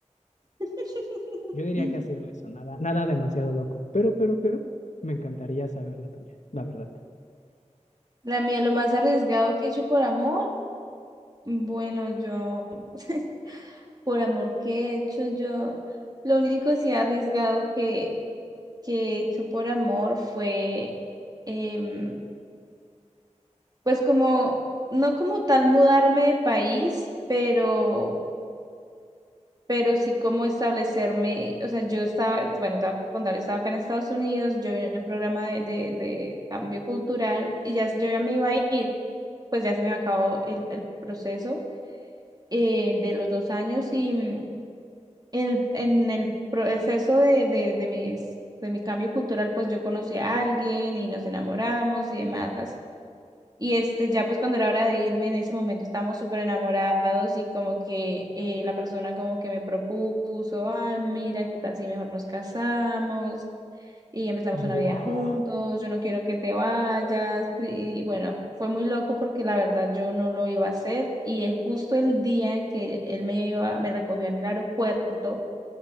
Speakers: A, on the right; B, on the left.
A: <laughs>
B: Yo diría que ha sido eso, nada, nada demasiado loco. Pero, pero, pero, me encantaría saber la tuya, la verdad.
A: La mía, lo más arriesgado que he hecho por amor. Bueno, yo, <laughs> por amor que he hecho, yo, lo único así arriesgado que, que he hecho por amor fue, em, pues como, no como tal mudarme de país, pero pero sí como establecerme, o sea, yo estaba, bueno, te voy a contar, yo estaba acá en Estados Unidos, yo vine en un programa de, de, de cambio cultural y ya yo ya me iba a ir, pues ya se me acabó el, el proceso eh, de los dos años y mm, en, en el proceso de, de, de mis- de mi cambio cultural, pues yo conocí a alguien y nos enamoramos y demás. Y este, ya pues cuando era hora de irme, en ese momento estábamos súper enamorados y como que eh, la persona como que me propuso, ay, mira, ¿qué tal si mejor nos casamos y empezamos
B: Buah.
A: una vida juntos? Yo no quiero que te vayas. Y bueno, fue muy loco porque la verdad yo no lo iba a hacer y eh, justo el día que él me iba, me recogió en el aeropuerto